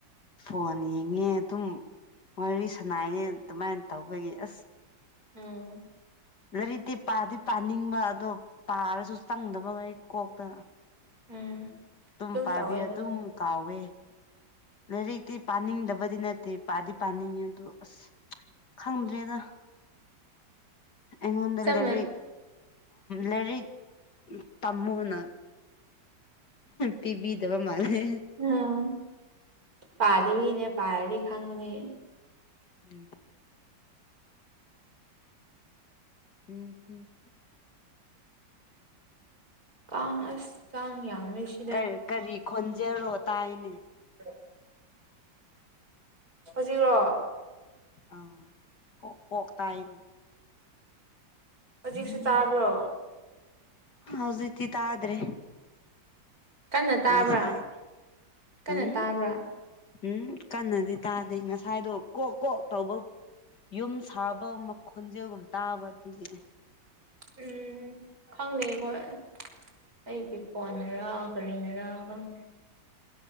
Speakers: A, on the left; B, on the right.
A: ꯐꯣꯟ ꯌꯦꯡꯉꯦ ꯑꯗꯨꯝ ꯋꯥꯔꯤ ꯁꯅꯥꯏꯌꯦ ꯑꯗꯨꯃꯥꯏꯅ ꯇꯧꯕꯒꯤ ꯑꯁ
B: ꯎꯝ
A: ꯂꯩꯔꯤꯛꯇꯤ ꯄꯥꯗꯤ ꯄꯥꯅꯤꯡꯕ ꯑꯗꯣ ꯄꯥꯔꯁꯨ ꯆꯪꯗꯕ ꯑꯩ ꯀꯣꯛꯇ
B: ꯎꯝ
A: ꯑꯗꯨꯝ ꯄꯥꯕꯤ
B: ꯇꯧꯋꯦ ꯑꯩꯁꯨ
A: ꯑꯗꯨꯝ ꯀꯥꯎꯋꯦ ꯂꯥꯏꯔꯤꯛꯇꯤ ꯄꯥꯅꯤꯡꯗꯕꯗꯤ ꯅꯠꯇꯦ ꯄꯥꯗꯤ ꯄꯥꯅꯤꯡꯉꯦ ꯑꯗꯨ ꯑꯁ ꯈꯪꯗ꯭ꯔꯦꯗ ꯑꯩꯉꯣꯟꯗ
B: ꯆꯞ
A: ꯂꯥꯏꯔꯤꯛ
B: ꯃꯥꯟꯅꯩ
A: ꯂꯥꯏꯔꯤꯛ ꯇꯝꯃꯣꯅ ꯄꯤꯕꯤꯗꯕ ꯃꯥꯜꯂꯦ
B: ꯎꯝ ꯄꯥꯗꯕꯒꯤꯅꯦ ꯄꯥꯔꯗꯤ ꯈꯪꯒꯅꯤ
A: ꯎꯝ ꯎꯝ ꯍꯝ
B: ꯀꯥꯡ ꯑꯁ ꯀꯥꯡ ꯌꯥꯝꯃꯤ ꯁ
A: ꯀꯔꯤ ꯀꯔꯤ ꯈꯣꯟꯖꯦꯜꯔꯣ ꯇꯥꯏꯅꯦ
B: <unintelligible> ꯍꯧꯖꯤꯛꯂꯣ
A: ꯑꯧ ꯀꯣꯛ ꯀꯣꯛ ꯇꯥꯏꯅꯦ
B: ꯍꯧꯖꯤꯛꯁꯨ ꯇꯥꯕ꯭ꯔꯣ
A: ꯍꯧꯖꯤꯛꯇꯤ ꯇꯗ꯭ꯔꯦ
B: ꯀꯟꯅ ꯇꯥꯕ꯭ꯔꯥ
A: ꯉꯁꯥꯏ
B: ꯀꯟꯅ
A: ꯑꯪ
B: ꯇꯥꯕ꯭ꯔꯥ
A: ꯎꯝ ꯀꯟꯅꯗꯤ ꯇꯥꯗꯦ ꯉꯁꯥꯏꯗꯣ ꯀꯣꯛ ꯀꯣꯛ ꯇꯧꯕ ꯌꯨꯝ ꯁꯥꯕ ꯃꯈꯣꯟꯖꯦꯜꯒꯨꯝ ꯇꯥꯕ ꯑꯗꯨꯒꯤꯅꯦ
B: ꯎꯝ ꯈꯪꯗꯦ ꯑꯩꯈꯣꯏ ꯑꯩꯒꯤ ꯐꯣꯟꯅꯔꯥ ꯀꯔꯤꯅꯔꯥ ꯈꯪꯗꯦ